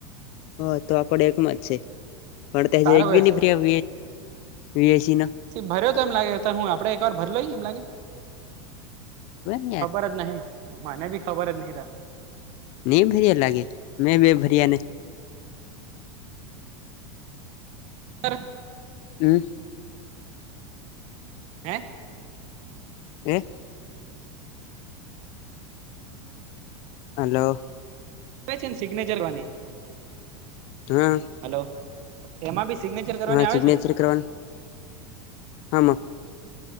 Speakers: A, on the left; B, on the right.
A: હ તો આપડે એકમાં જ છે, પણ
B: તારો
A: એક
B: કયો
A: બી ન
B: છે
A: વીએસી નો
B: ભર્યો તો એમ લાગે હું આપે એક વાર ભર લઈ એમ લાગે.
A: ને યાર
B: ખબર જ નહીં મને ભી ખબર જ નહી તાર
A: નહી ભર્યા લાગે, મેં બે ભરિયા ને.
B: <unintelligible>
A: હમ્મ
B: હે
A: એ હલો.
B: ઓ છેન સિગ્નેચર વાની.
A: હા
B: હલો એમાં બી સિગ્નેચર કરવાની
A: હા
B: આવે
A: સિગ્નેચર
B: છેન?
A: કરવાનું હામાં